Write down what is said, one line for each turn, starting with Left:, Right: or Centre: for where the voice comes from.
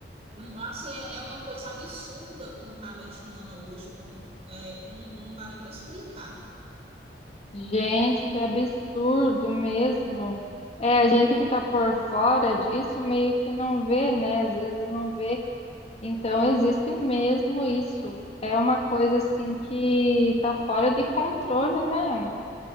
Right: Não- Assim, é, é uma coisa absurda como tá a mente humana hoje, como é, não, não dá nem para explicar.
Left: gente, que absurdo mesmo. É, a gente que está por fora disso meio que não vê, né? Às vezes não vê. Então existe mesmo isso. É uma coisa assim que está fora de controle, né?